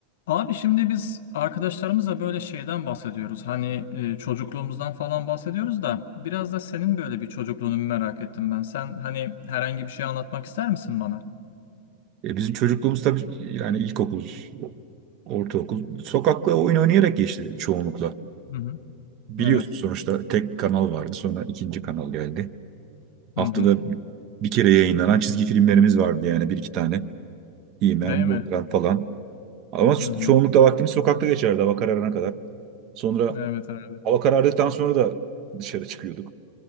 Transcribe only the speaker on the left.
Abi şimdi biz arkadaşlarımızla böyle şeyden bahsediyoruz. Hani e, çocukluğumuzdan falan bahsediyoruz da biraz da senin böyle bir çocukluğunu merak ettim ben. Sen hani herhangi bir şey anlatmak ister misin bana?
Hı hı.
Evet.
Hı hı.
Değil mi?
Hı hı.
Evet abi.